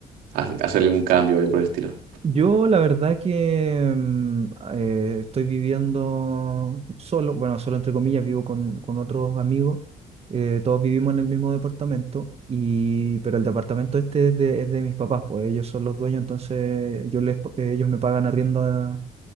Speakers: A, on the right (about 85°); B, on the right (about 40°).
A: ha- hacer algún cambio o algo por el estilo?
B: Yo la verdad que mm, eh, estoy viviendo solo, bueno, solo entre comillas, vivo con, con otros amigos, eh, todos vivimos en el mismo departamento, y, pero el departamento este es de, es de mis papás, pues ellos son los dueños, entonces yo les, ellos me pagan arriendo, a-